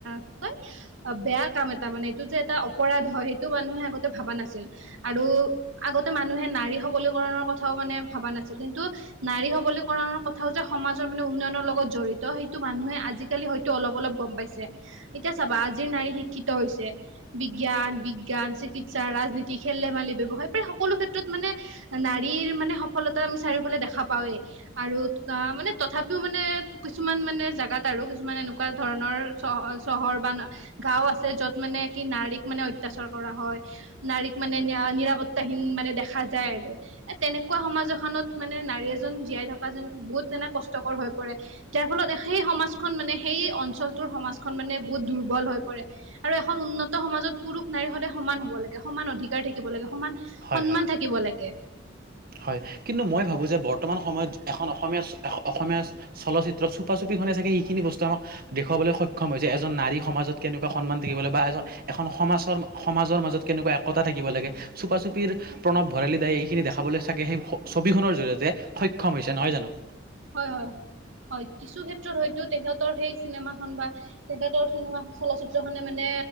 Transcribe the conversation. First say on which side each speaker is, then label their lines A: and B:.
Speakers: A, on the right (about 90°); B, on the right (about 50°).
A: কি কয় বেয়া কাম এটা মানে এইটো যে এটা অপৰাধ হয় সেইটো মানুহে আগতে ভাবা নাছিল। আৰু আগতে মানুহে নাৰী সবলীকৰণৰ কথাও মানে ভবা নাছিল। কিন্তু, নাৰী সবলীকৰণৰ কথাও যে, সমাজৰ মানে, উন্নয়নৰ লগত জড়ি ত। সেইটো মানুহে, আজিকালি হয়তো, অলপ- অলপ গম পাইছে। এতিয়া চাবা, আজিৰ নাৰী শিক্ষিত হৈছে। বিজ্ঞান- বিজ্ঞান, চিকিৎসা, ৰাজনীতি, কি খেল-ধেমালি, ব্যৱসায়, প্ৰায় সকলো ক্ষেত্ৰত মানে, নাৰীৰ মানে, সফলতা আমি চাৰিওফালে দেখা পাওঁৱে। আৰু আঁ মানে, তথাপিও মানে, কিছুমান মানে, জাগাত আৰু। কিছুমান এনেকুৱা ধৰণৰ চ-চহৰ বা গাঁও আছে। য'ত মানে, কি নাৰীক মানে, অত্যাচাৰ কৰা হয়। নাৰীক মানে, নিৰা- নিৰাপত্তাহীন মানে, দেখা যায় আৰু। এ, তেনেকুৱা সমাজ এখনত মানে, নাৰী এজন, জীয়াই থকা যেন, বহুত মানে, কষ্টকৰ হৈ পৰে! যাৰ ফলত, সেই সমাজখন মানে, সেই অঞ্চলটোৰ সমাজখন মানে, বহুত দুৰ্বল হৈ পৰে! আৰু এখন উন্নত সমাজত, পুৰুষ-নাৰী সদায় সমান হ'ব লাগে, সমান অধিকাৰ থাকিব লাগে, সমান
B: হয়
A: সন্মান
B: হয়
A: থাকিব লাগে।
B: হয়। কিন্তু, মই ভাবোঁ যে, বৰ্তমান সময়ত এখন অসমীয়া, অসমীয়া- চলচিত্ৰ, চপা-চুপিখনে চাগে, সেইখিনি বস্তু আমাক দেখুৱাবলৈ সক্ষম হৈছে। এজন নাৰী সমাজত কেনেকুৱা সন্মান থাকিবলৈ বা এজন, এখন সমাজৰ, সমাজৰ মাজত কেনেকুৱা একতা থাকিব লাগে? চুপা-চুপিৰ প্ৰণৱ ভৰালি দাই, এইখিনি দেখাবলৈ- তাকে সেই, ছবি খনৰ জৰিয়তে, সক্ষম হৈছে। নহয় জানোঁ?
A: হয়, হয়, হয়। কিছু ক্ষেত্ৰত হয়তো, তেখেতৰ সেই, চিনেমাখন বা- তেখেতৰ চিনেমা, চলচিত্ৰখনে মানে,